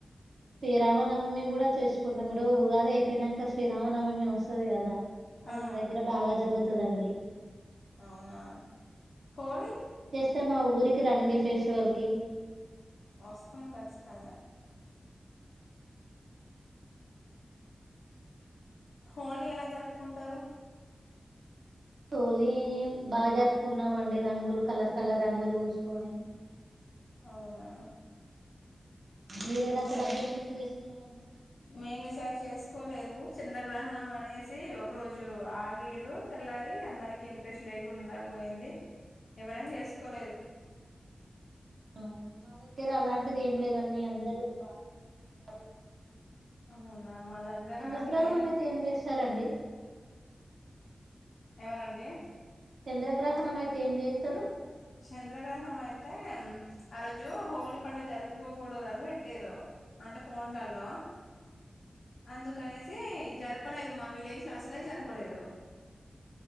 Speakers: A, on the right (about 75°); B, on the left (about 80°).
A: శ్రీరామనవమి కూడా చేసుకుంటాముడు. ఉగాది అయిపోయినంక శ్రీరామనవమి వస్తది కదా! అది
B: ఆ
A: మా దగ్గర బాగా జరుగుతదండి.
B: అవునా, హోళి
A: ఐతే మా ఊరికి రండి ఫెషువల్ కి
B: వస్తాం ఖచ్చితంగా. హోలీ ఎలా జరుపుకుంటారు?
A: హొలి బా జరుపుకున్నామండి. రంగులు కలర్ కలర్ రంగులు పూసుకొని.
B: అవునా
A: మీరు ఎలా సెలబ్రేషన్స్
B: మేం,
A: చేసుకున్నారండి
B: మేమిసారి చేసుకోలేదు. చంద్రగ్రహణం అనేసి, ఒక రోజు ఆగిర్రు తెల్లారి అందరికి ఇంట్రెస్ట్ లేకుండ పోయింది. ఎవరని చేసుకోలేదు.
A: అవునా మా దగ్గర అలాంటిది ఏం లేదండి. అందరూ బానే చూసుకున్నారు.
B: అవునా మా దగ్గర
A: చంద్రగ్రహణం
B: అట్లా ఏం
A: అయితే చేస్తారండి
B: ఎవరండి?
A: చంద్రగ్రహణం అయితే ఏం చేస్తారు?
B: చంద్రగ్రహణం అయితే, ఆ రోజు హోలీ పండుగ జరుపుకోకూడదని పెట్టారు. అంటే ఫోన్లలో అందుకనేసి జరపలేదు. మా విలేజ్ లో అసలే జరపలేదు.